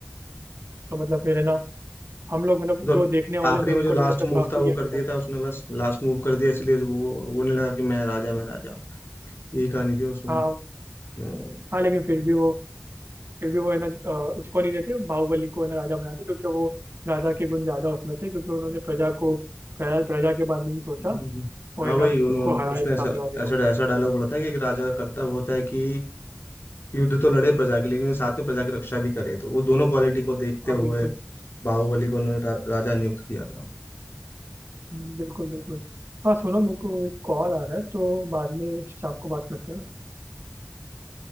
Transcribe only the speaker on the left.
तो
आखिरी
में
जो लास्ट
मूव
था वो
कर
दिया
था उसने बस लास्ट मूव कर दिया इसलिए वो वो नहीं लगा कि मैं राजा मैं राजा यही कहानी थी उसमें
हम्म।
हम्म।
हाँ
भाई उन्होंने
उसने
ऐसा
ऐसा ऐसा डायलॉग बोला था कि एक राजा का कर्तव्य होता है कि युद्ध तो लड़े प्रजा के लिए, लेकिन साथ में प्रजा की रक्षा भी करे तो वो दोनों क्वालिटी को देखते
हुए
बाहुबली को उन्होंने रा, राजा नियुक्त किया था